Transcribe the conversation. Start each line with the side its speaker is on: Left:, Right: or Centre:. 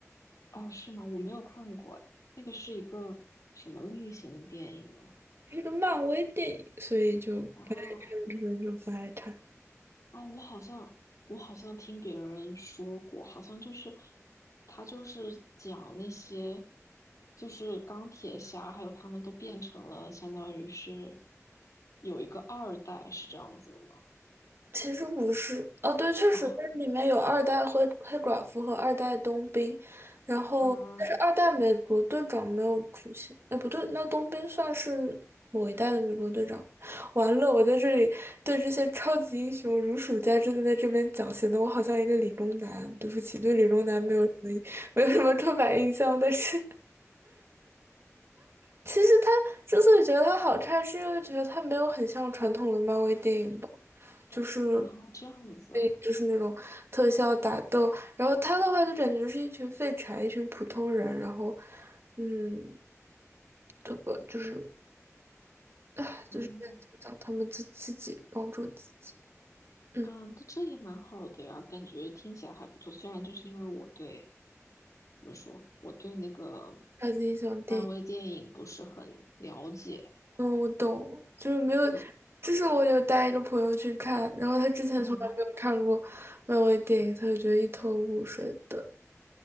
Left: 哦，是吗？我没有看过，那个是一个什么类型的电影呢？
Right: 是个漫威电影，所以就可
Left: 啊
Right: 能就不爱看。
Left: 啊，我好像我好像听别人说过，好像就是他就是讲那些就是钢铁侠，还有他们都变成了相当于是有一个二代，是这样子的吗？
Right: 其实不是，哦，对，确实，
Left: 哦
Right: 但是里面有二代黑黑寡妇和二代冬兵，然后但是二代美国队长没有出现，
Left: 啊
Right: 哎，不对，那冬兵算是某一代的美国队长。完了，我在这里对这些超级英雄如数家珍的在这边讲，显得我好像一个理工男。对不起，对理工男没有什么没有什么刻板印象，但是其实他之所以觉得他好看，是因为觉得他没有很像传统的漫威电影吧。就是
Left: 啊，这样子，
Right: 对，就是那种特效打斗，然后他的话就感觉是一群废柴，一群普通人，然后，嗯，这个就是，唉，
Left: 嗯
Right: 就是在怎么讲，他们自自己帮助自己，嗯，
Left: 嗯，这这也蛮好的呀，感觉听起来还不错。虽然就是因为我对，怎么说，我对那个
Right: 超级英雄电影，
Left: 漫威电影不是很了解，
Right: 嗯，我懂，就是没有，
Left: 所
Right: 就是我有带一个朋友去看，然后他之前从来没有看过漫威电影，
Left: 嗯
Right: 他就觉得一头雾水的，